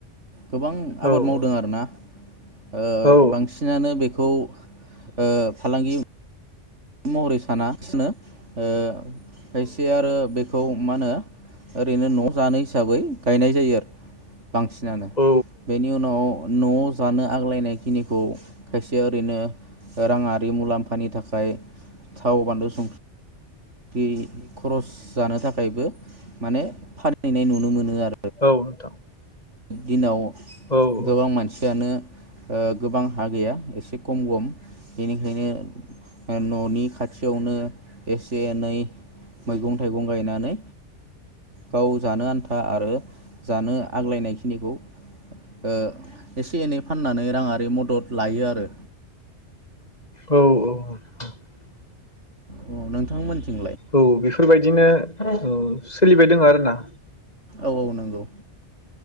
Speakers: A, on the right (about 80°); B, on the left (about 35°).
A: गोबां
B: औ
A: आबाद मावदों
B: औ
A: आरोना ओ
B: औ
A: बांसिनानो बेखौ ओ फालांगि महरै सानासिनो ओ खायसे आरो बेखौ मा होनो ओरैनो न' जानो हिसाबै गायनाय जायो आरो। बांसिनानो
B: औ
A: बेनि उनाव न'आव जानो आग्लायनाय खिनिखौ खायसे ओरैनो राङारि मुलाम्फानि थाखाय थाव बान्लु सं ख्रि खरस जानो थाखायबो माने फानहैनाय नुनो मोनो आरो।
B: औ नोंथां।
A: दिनाव
B: औ औ औ नोंथां औ
A: गोबां मानसियानो ओ गोबां हा गैया एसे खम गम। बेनिखायनो न'नि खाथ खाथियावनो एसे एनै मैगं थाइगं गायनानै गाव जानो आन्था आरो जानो आग्लायनाय खिनिखौ ओ एसे एनै फाननानै राङारि मदद लायो आरो।
B: औ औ।
A: औ नोंथां मोननिथिं
B: औ बेफोरबायदिनो सोलिबाय दङ आरो ना।
A: औ औ नंगौ